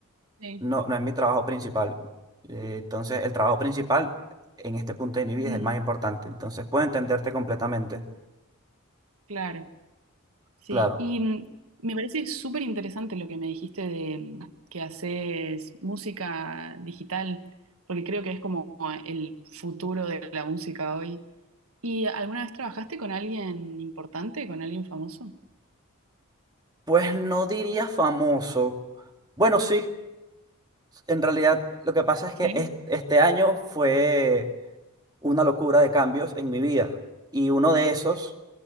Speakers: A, on the right (about 75°); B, on the right (about 20°).
A: Sí.
B: no, no es mi trabajo principal. Eh, entonces, el trabajo principal en este punto de mi vida
A: Mm,
B: es el más importante. Entonces, puedo entenderte completamente.
A: claro, sí.
B: Claro.
A: Y mm, me parece súper interesante lo que me dijiste de mm, que haces música digital, porque creo que es como el futuro de la música hoy. ¿Y alguna vez trabajaste con alguien importante, con alguien famoso?
B: Pues no diría famoso. Bueno, sí. En realidad, lo que pasa es que
A: Sí.
B: es- este año fue una locura de cambios en mi vida. Y uno de esos